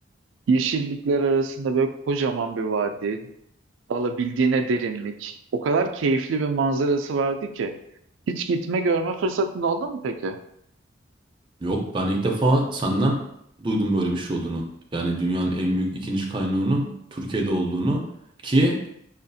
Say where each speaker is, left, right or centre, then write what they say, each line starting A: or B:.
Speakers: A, on the right; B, on the right.
A: Yeşillikler arasında böyle kocaman bir vadi, alabildiğine derinlik. O kadar keyifli bir manzarası vardı ki. Hiç gitme görme fırsatın oldu mu peki?
B: Yok ben ilk defa senden duydum böyle bir şey olduğunu. Yani dünyanın en büyük ikinci kanyonunun Türkiye'de olduğunu ki